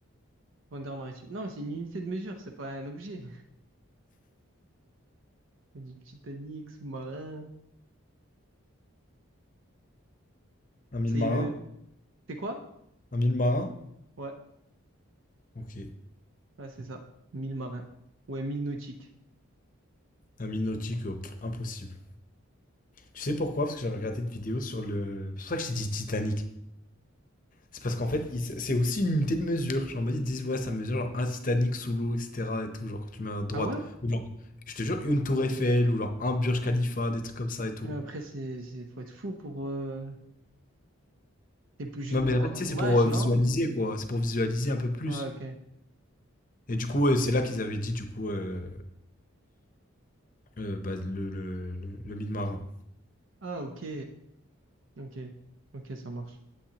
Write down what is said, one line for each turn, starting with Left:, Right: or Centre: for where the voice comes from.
Right: Profondeur maritime. Non, mais c'est une unité de mesure, c'est pas un objet. <laughs> Du Titanic, sous-marin.
Left: Un mille
Right: C'est
Left: marin?
Right: le... C'est quoi?
Left: Un mille marin?
Right: Ouais,
Left: Ok.
Right: ouais, c'est ça. 1000 marins. Ouais, 1000 nautiques.
Left: Un Minotique, euh, pff, impossible. Tu sais pourquoi? Parce que j'avais regardé une vidéo sur le. C'est pour ça que j'ai dit Titanic. C'est parce qu'en fait, ils- c'est aussi une unité de mesure. Genre, en mode, ils disent, ouais, ça mesure genre un Titanic sous l'eau, etc. Et tout, genre quand tu mets à droite.
Right: Ah ouais?
Left: Ou genre, je te jure, une tour Eiffel, ou genre un Burj Khalifa, des trucs comme ça et tout.
Right: Mais Après, c'est, c'est, faut être fou pour, euh, c'est plus juste
Left: Non, mais
Right: pour
Left: en
Right: rendre
Left: fait, tu sais, c'est
Right: hommage,
Left: pour euh,
Right: non?
Left: visualiser, quoi. C'est pour visualiser un peu plus.
Right: Ouais, ok.
Left: Et du coup, ouais, c'est là qu'ils avaient dit, du coup, euh, euh, bah, le, le, le, le mille marin.
Right: Ah, ok. Ok. Ok, ça marche.